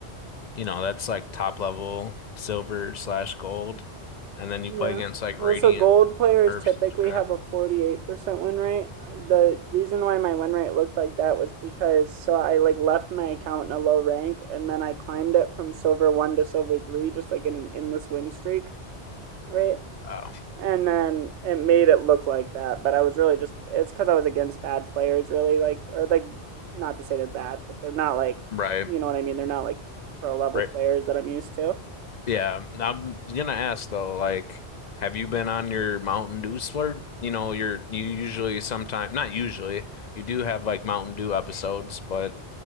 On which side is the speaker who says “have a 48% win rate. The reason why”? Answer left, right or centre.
Right